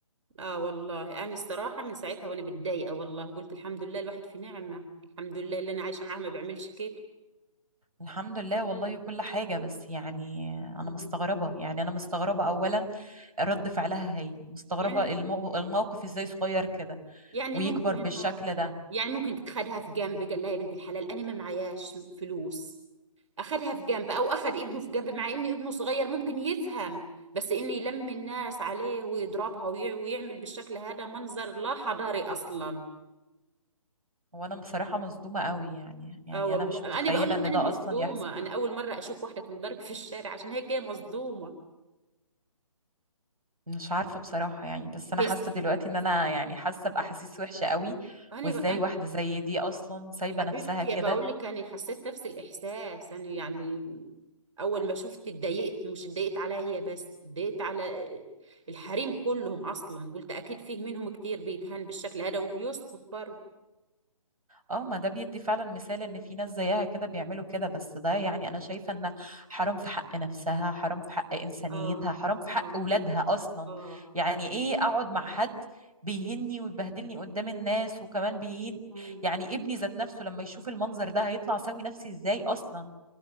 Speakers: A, on the right; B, on the right.
A: آه والله أنا الصراحة من ساعتها وأنا متضايقة والله قلت الحمد لله الواحد في نعمة الحمد لله اللي أنا عايشة معاه ما بيعملش كده
B: الحمد لله والله كل حاجة بس يعني أنا
A: مم.
B: مستغربة يعني أنا مستغربة أولا رد فعلها هي مستغربة
A: يعني
B: المو... الموقف إزاي صغير كده
A: يعني
B: ويكبر
A: ممكن
B: بالشكل
A: آه
B: ده
A: يعني ممكن تتخدها في جنب قال لها يا بنت الحلال أنا ما معياش فلوس اخدها في جنب او اخد ابنه في جنب مع ان ابنه صغير ممكن يفهم بس ان يلم الناس عليه ويضربها وي- ويعمل بالشكل هذا منظر لا حضاري اصلا
B: وأنا بصراحة مصدومة قوي يعني يعني
A: اه والله
B: أنا مش متخيلة
A: انا بقول لك
B: إن
A: انا
B: ده
A: مصدومه
B: أصلا يحصل.
A: انا اول مره اشوف واحده تنضرب في الشارع عشان هيك هي مصدومه
B: مش عارفة بصراحة يعني بس أنا
A: هي
B: حاسة
A: س-
B: دلوقتي إن أنا يعني حاسة بأحاسيس وحشة قوي
A: انا
B: وإزاي
A: ب... أنا
B: واحدة زي دي أصلا سايبة
A: حبيبتي
B: نفسها كده
A: بقول لك انا حسيت نفس الاحساس انا يعني اول ما شفت اتضايقت مش اتضايقت عليها هي بس اتضايقت على الحريم كلهم اصلا قلت اكيد فيه منهم كتير بيتهان بالشكل هذا وبيسكت برضه
B: اه ما ده بيدي فعلا مثال إن في ناس زيها كده بيعملوا كده بس ده يعني أنا شايفة إن حرام في حق نفسها حرام في حق إنسانيتها
A: اه
B: حرام في
A: اه
B: حق أولادها أصلا
A: اه
B: يعني إيه أقعد مع حد بيهني ويبهدلني قدام الناس وكمان بيهين
A: مم.
B: يعني ابني ذات نفسه لما يشوف المنظر ده هيطلع سوي نفسي إزاي أصلا